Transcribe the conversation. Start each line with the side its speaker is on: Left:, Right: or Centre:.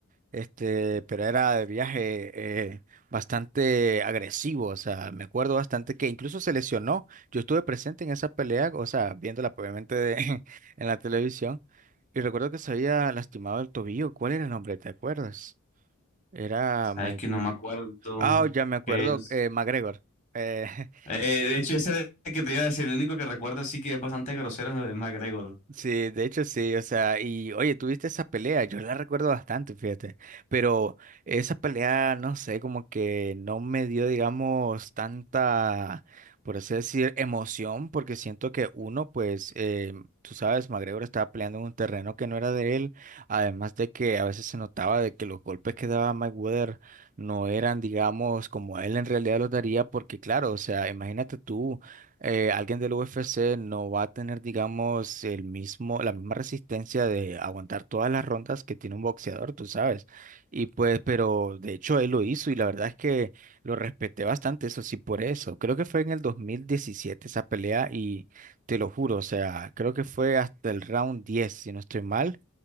Right: Este, pero era de viaje eh, bastante agresivo, o sea, me acuerdo bastante que incluso se lesionó. Yo estuve presente en esa pelea, o sea, viéndola obviamente de- <laughs> en la televisión, y recuerdo que se había lastimado el tobillo. ¿Cuál era el nombre? ¿Te acuerdas? Era...
Left: sabes
Right: Mike-
Left: que no me acuerdo
Right: Ah, ya me acuerdo,
Left: que es.
Right: eh, McGregor. Eh,
Left: Eh,
Right: <laughs>
Left: de hecho, ese era el que te iba a decir, el único que recuerdo así que es bastante grosero es McGregor.
Right: Sí, de hecho sí, o sea, y oye, tuviste esa pelea, yo la recuerdo bastante, fíjate, pero esa pelea, no sé, como que no me dio, digamos, tanta, por así decir, emoción, porque siento que uno, pues, eh, tú sabes, McGregor estaba peleando en un terreno que no era de él, además de que a veces se notaba de que los golpes que daba Mayweather no eran, digamos, como él en realidad los daría, porque claro, o sea, imagínate tú eh, alguien del UFC no va a tener, digamos, el mismo, la misma resistencia de aguantar todas las rondas que tiene un boxeador, tú sabes. Y pues, pero de hecho él lo hizo y la verdad es que lo respeté bastante, eso sí, por eso. Creo que fue en el 2017 esa pelea y te lo juro, o sea, creo que fue hasta el round 10, si no estoy mal.